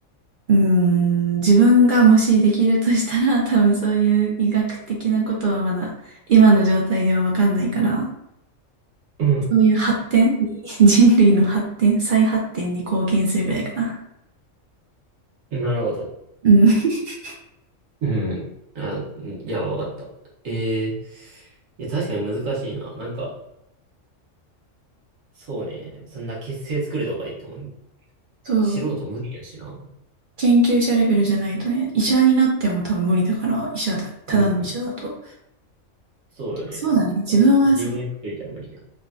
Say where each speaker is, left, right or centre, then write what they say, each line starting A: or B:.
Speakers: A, on the right; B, on the right.
A: ーん、自分がもしできるとしたら、<laughs> 多分そういう医学的なことはまだ今の状態ではわかんないから、
B: うん。
A: そういう発展に、<laughs> 人類の発展、再発展に貢献するぐらいかな。
B: なるほど。
A: うん。<laughs>
B: うん。あ、うんいや、わかった。えー、いや、確かに難しいな。なんか、そうね。そんな結成作るとか言っても、
A: そう。
B: 素人無理やしな。
A: 研究者レベルじゃないとね、医者になっても多分無理だから、医者だ。ただの医者だと。
B: うん。そうよね。
A: そうだね。自分はそ、
B: 自分一人じゃ無理や。